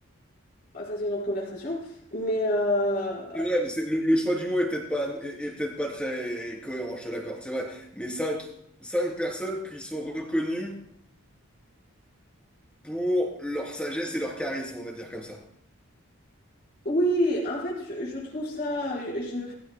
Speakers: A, on the left; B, in the centre.
A: ah, Ça, c'est une autre conversation. Mais euh,
B: C'est vrai, mais c'est, le, le choix du mot est peut-être pas, est, est peut-être pas très cohérent, je te l'accorde, c'est vrai. Mais cinq, cinq personnes qui sont reconnues pour leur sagesse et leur charisme, on va dire comme ça.
A: oui, en fait, je, je trouve ça... je-